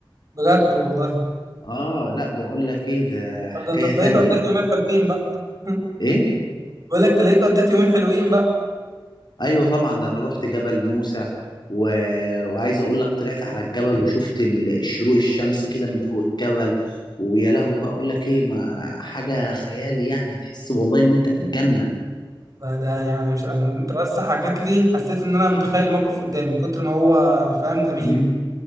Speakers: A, on the right (about 40°); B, on the left (about 55°).
A: بجد والله
B: اه لا بقول لك ايه ده حكاية
A: طب ده انت
B: تانية
A: تلاقيك قضيت يومين حلوين بقى <laughs>
B: ايه
A: بقول لك تلاقيك قضيت يومين حلوين بقى
B: ايوه طبعا ده انا رحت جبل موسى و... وعايز اقول لك طلعت على الجبل وشفت ال- الشروق الشمس كده من فوق الجبل ويا لهو بقى اقول لك ايه ما حاجه خيالي يعني تحس والله ان انت في الجنه
A: فده يعني مش انت بس حكيت لي حسيت ان انا متخيل الموقف قدامي من كتر ما هو فاهم جميل
B: مم.